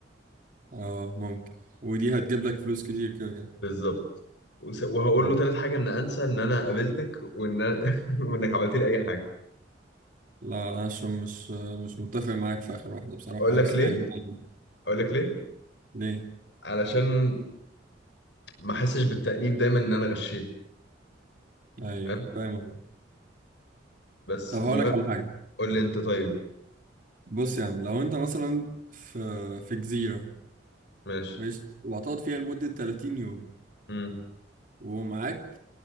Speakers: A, on the right; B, on the left.
A: اه ممكن ودي هتجيب لك فلوس كتير كده كده
B: بالظبط وس- وهقول
A: مم.
B: له تالت حاجه ان انسى ان انا قابلتك وان أنا- <laughs> وانك عملت لي اي حاجه
A: لا عشان مش مش متفق معاك في آخر واحدة بصراحة
B: اقول لك
A: بس
B: ليه
A: يعني معلم.
B: اقول لك ليه
A: ليه
B: علشان ما احسش بالتأنيب دايما ان انا غشيت
A: ايوه
B: فاهم
A: فاهم قصدك.
B: بس
A: طب هقول
B: المهم
A: لك على حاجه
B: قول لي انت طيب
A: بص يا عم لو انت مثلا في في جزيره
B: ماشي
A: ماشي وهتقعد فيها لمده 30 يوم
B: امم
A: ومعاك